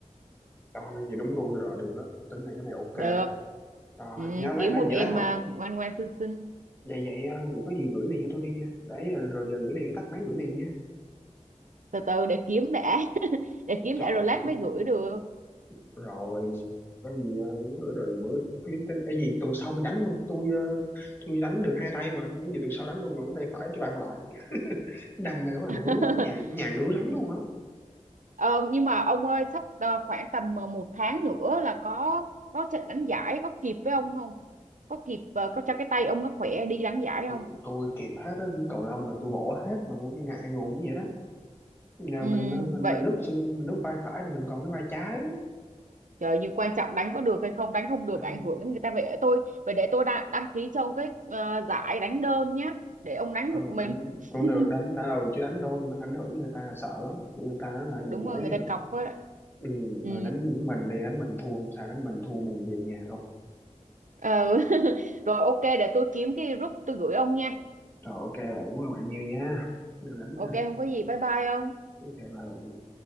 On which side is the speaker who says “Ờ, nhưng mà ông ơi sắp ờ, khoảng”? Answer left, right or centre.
Right